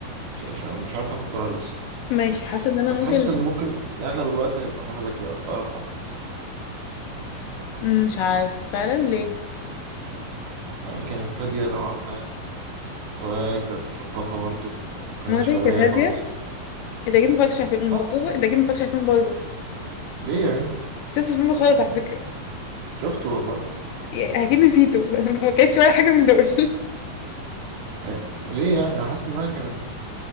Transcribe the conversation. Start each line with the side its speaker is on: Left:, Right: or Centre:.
Right: مش مش- مش عارف آخد قرار لسه
Left: ماشي حاسة ان انا
Right: بس
Left: ممكن
Right: حاسس إن ممكن يعني أغلب الوقت هيبقى منى زكي أقرب حد
Left: مش عارف فعلا ليه
Right: يعني كانت هادية نوعا ما وكانت مثقفة برضه ما كانتش
Left: منى
Right: غبية
Left: كانت هادية
Right: خالص
Left: انت اكيد متفرجتش على فيلم ومثقفة
Right: نوع
Left: انت اكيد متفرجتش على فيلم برضه
Right: ليه يا بنت
Left: مش شفتش الفيلم خالص على فكرة
Right: شفته والله
Left: يعني اكيد نسيته <laughs> ما كانتش ولا حاجة من دول
Right: أه، ليه يعني انا حاسس انها كانت